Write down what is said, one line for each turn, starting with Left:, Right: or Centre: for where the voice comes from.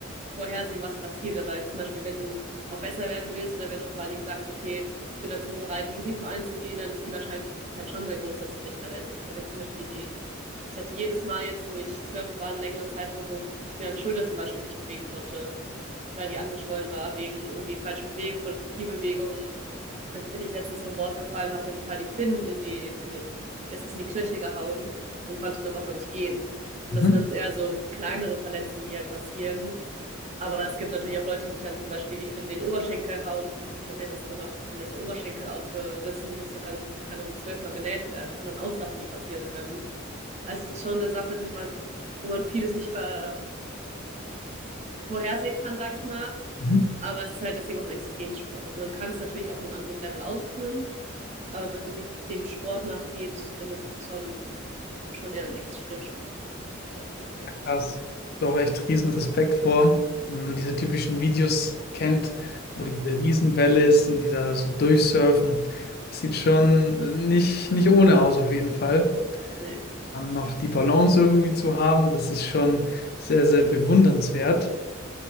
Right: vorhersehen, was passiert. Aber jetzt zum Beispiel, wenn du auch besser werden willst oder wenn du vor allen Dingen sagst, okay, ich bin dazu bereit, Risiko einzugehen, dann ist die Wahrscheinlichkeit schon sehr groß, dass du dich verletzt. Also ich habe jetzt zum Beispiel die Ich hatte jedes Mal jetzt, wo ich surfen war, einen längeren Zeitraum, wo ich mir eine Schulter zum Beispiel nicht bewegen konnte, weil die angeschwollen war wegen irgendwie falschen Bewegungen oder zu viel Bewegung, Jetzt bin ich letztens vom Bord gefallen, habe mir total die Finnen in die, in den, ist es in die Knöchel gehauen und konnte eine Woche nicht gehen. Und
Left: Mhm.
Right: das sind dann eher so kleinere Verletzungen, die halt passieren. Aber es gibt natürlich auch Leute, die sich dann zum Beispiel, die finden den Oberschenkel hauen. Ein Kumpel von mir hat das gemacht, hat sich den ganzen Oberschenkel aufgerissen, musste dann, keine Ahnung, zwölfmal genäht werden. Das sind dann auch Sachen, die passieren können. Also es ist schon eine Sache, die man, wo man vieles nicht be vorhersehen kann, sage ich mal.
Left: Mhm.
Right: Aber es ist halt deswegen auch ein Extremsport. Also man kann es natürlich auf einem anderen Level ausführen, aber wenn man wirklich dem Sport nachgeht, dann ist es schon, schon eher ein Extremsport. Ja, das auf jeden
Left: Ja,
Right: Fall.
Left: Krass. Doch echt riesen Respekt vor, wenn man diese typischen Videos kennt, wo
Right: Ja.
Left: diese Riesenwelle ist und die da so durchsurfen. Das sieht schon äh, nicht, nicht ohne aus, auf jeden Fall.
Right: Nee,
Left: dann noch die Balance irgendwie zu haben, das ist schon sehr, sehr bewundernswert.